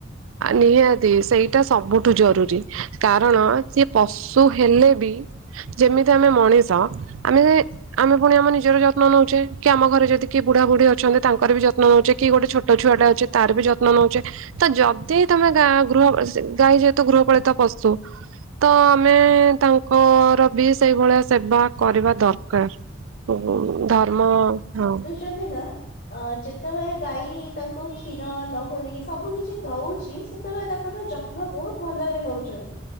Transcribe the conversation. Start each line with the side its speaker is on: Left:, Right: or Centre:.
Right: ନିହାତି ସେଇଟା ସବୁଠୁ ଜରୁରୀ। କାରଣ ସେ ପଶୁ ହେଲେ ବି ଯେମିତି ଆମେ ମଣିଷ ଆମେ ଆମେ ପୁଣି ଆମ ନିଜର ଯତ୍ନ ନେଉଛେ। କି ଆମ ଘରେ ଯଦି କିଏ ବୁଢା ବୁଢୀ ଅଛନ୍ତି ତାଙ୍କର ବି ଯତ୍ନ ନେଉଛେ। କି ଗୋଟେ ଛୋଟ ଛୁଆଟା ଅଛି। ତାର ବି ଯତ୍ନ ନଉଛେ ତ ଯ। ତ ତମେ ଗା ଗୃହ ଗାଈ ଯେହେତୁ ଗୃହପାଳିତ ପଶୁ। ତ ଆମେ ତାଙ୍କର ବି ସେଇଭଳିଆ ସେବା କରିବା ଦରକାର। ଓ ଧର୍ମ ହଁ।
Left: ଛନ୍ତି ନା। ଅ ଯେତେବେଳେ ଗାଈ ତାଙ୍କୁ କ୍ଷୀର, ଲହୁଣୀ ସବୁ କିଛି ଦଉଛି। ତାଙ୍କର ଯତ୍ନ ବହୁତ ଭଲରେ ନଉଛନ୍ତି।